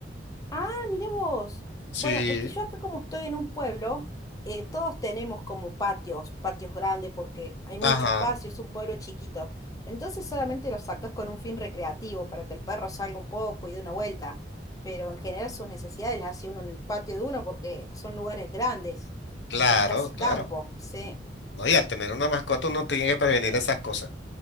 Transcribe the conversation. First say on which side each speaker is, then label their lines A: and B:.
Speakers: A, on the left (about 20°); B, on the left (about 75°).
A: Ah, mirá vos.
B: Sí.
A: Bueno, es que yo acá como estoy en un pueblo, eh, todos tenemos como patios, patios grandes porque hay mucho
B: Ajá,
A: espacio, es un pueblo chiquito. Entonces solamente los sacas con un fin recreativo para que el perro salga un poco y dé una vuelta. Pero en general sus necesidades las hace uno en el patio de uno porque son lugares grandes.
B: claro,
A: Es casi
B: claro.
A: campo, sí.
B: No, y al tener una mascota uno tiene que prevenir esas cosas.